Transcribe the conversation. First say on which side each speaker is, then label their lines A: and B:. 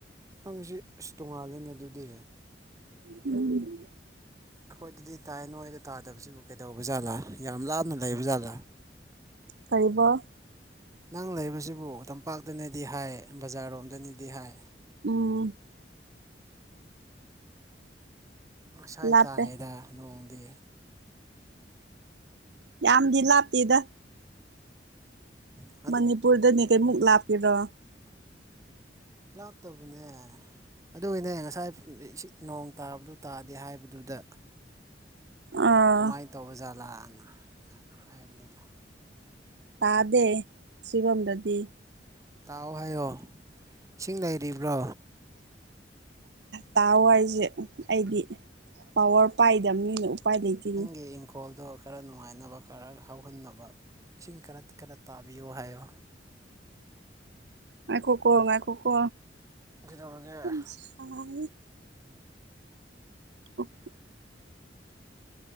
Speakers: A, on the right (about 20°); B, on the right (about 70°).
A: ꯅꯪꯁꯤ ꯑꯁ ꯇꯣꯡꯉꯥꯜꯂꯦꯅꯦ ꯑꯗꯨꯗꯤ꯫
B: ꯎꯝ꯫
A: ꯑꯩꯈꯣꯏꯗꯗꯤ ꯇꯥꯏ ꯅꯣꯏꯗ ꯇꯥꯗꯕꯁꯤꯕꯨ ꯀꯩꯗꯧꯕ ꯖꯥꯠꯂꯥ ꯌꯥꯝ ꯂꯥꯞꯅ ꯂꯩꯕ ꯖꯥꯠꯂꯥ? <inaudible>
B: ꯀꯩꯕꯣ?
A: ꯅꯪ ꯂꯩꯕꯁꯤꯕꯨ ꯇꯝꯄꯥꯛꯇꯅꯗꯤ ꯍꯥꯏ ꯕꯖꯥꯔꯣꯝꯗꯅꯗꯤ ꯍꯥꯏ꯫
B: ꯎꯝ꯫
A: ꯉꯁꯥꯏ
B: ꯂꯥꯞꯄꯦ
A: ꯇꯥꯏꯌꯦꯗ ꯅꯣꯡꯗꯤ꯫
B: ꯌꯥꯝꯗꯤ ꯂꯥꯞꯇꯦꯗ꯫
A: ꯍꯃ꯫
B: ꯃꯅꯤꯄꯨꯔꯗꯅꯦ ꯀꯩꯃꯨꯛ ꯂꯥꯞꯇꯦꯗꯣ꯫
A: ꯂꯥꯞꯇꯕꯅꯦ꯫ ꯑꯗꯨꯒꯤꯅꯦ ꯉꯁꯥꯏ ꯅꯣꯡ ꯇꯥꯕꯗꯨ ꯇꯥꯗꯦ ꯍꯥꯏꯕꯗꯨꯗ?
B: ꯑꯥ
A: ꯀꯃꯥꯏ ꯇꯧꯕ ꯖꯥꯠꯂꯅ ꯍꯥꯏꯕꯅꯤꯗ꯫
B: ꯇꯥꯗꯦ ꯁꯤꯕꯝꯗꯗꯤ꯫
A: ꯇꯥꯎ ꯍꯥꯏꯌꯣ ꯏꯁꯤꯡ ꯂꯩꯔꯤꯕ꯭ꯔꯣ?
B: ꯇꯥꯎ ꯍꯥꯏꯖ‌ꯦ ꯑꯩꯗꯤ ꯄꯋꯥꯔ ꯄꯥꯏꯗꯝꯅꯤꯅ ꯎꯄꯥꯏ ꯂꯩꯇꯦꯅꯤ
A: ꯌ‌ꯦꯡꯈ‌ꯣꯜꯗ‌ꯣ ꯈꯔ ꯅꯨꯡꯉꯥꯏꯅꯕ ꯈꯔ ꯍꯧꯍꯟꯅꯕ ꯏꯁꯤꯡ ꯈꯔ ꯈꯔ ꯇꯥꯕꯤꯌ‌ꯣ ꯍꯥꯏꯌꯣ꯫
B: ꯉꯥꯏꯈꯣꯀꯣ ꯉꯥꯏꯈꯣꯀꯣ
A: ꯀꯩꯗꯧꯔꯒꯦ
B: <unintelligible> ꯁꯥꯏꯌꯦ <unintelligible>